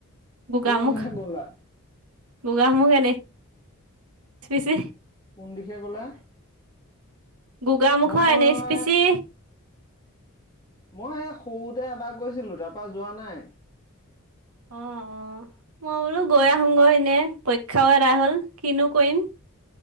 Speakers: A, on the right; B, on the left.
A: গোগামুখ
B: ক'লে গ'লা?
A: গোগামুখ শিশ্ৰী
B: কোন দিশে গলা?
A: গোগামুখৰ
B: মই
A: মুুখৰ এনেছ পিচি
B: মই এই সৰুতে এবাৰ গৈছিলো তাৰ পৰা যোৱা নাই।
A: অ', অ' মই বোলো গৈ আহোঁগৈ এনে পৰীক্ষাও এদাই হল কিনো কৰিম